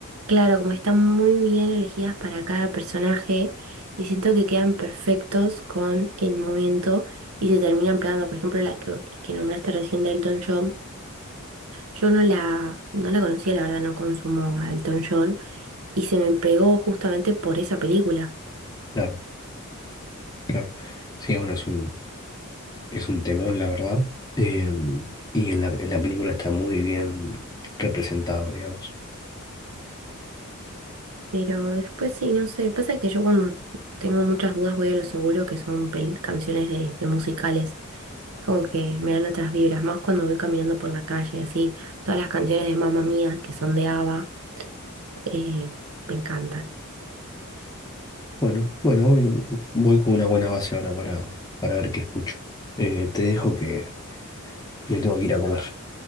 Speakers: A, on the right; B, on the left.
A: Claro, como están muy bien elegidas para cada personaje y siento que quedan perfectos con el momento y se terminan pegando, por ejemplo, la que, la que nombraste recién de Elton John, yo no la, no la conocía, la verdad no consumo a Elton John y se me pegó justamente por esa película.
B: Claro, claro. Sí, bueno, es un, Es un temón, la verdad. Em, y en la, en la película está muy bien representado, digamos.
A: Pero después sí, no sé, pasa que yo cuando tengo muchas dudas voy a lo seguro que son pel- canciones de de musicales. Como que me dan otras vibras, más cuando voy caminando por la calle, así. Todas las canciones de Mamma Mía, que son de ABBA, eh, me encantan.
B: Bueno, bueno, voy, voy con una buena base ahora para, para ver qué escucho. Eh, te dejo que me tengo que ir a comer.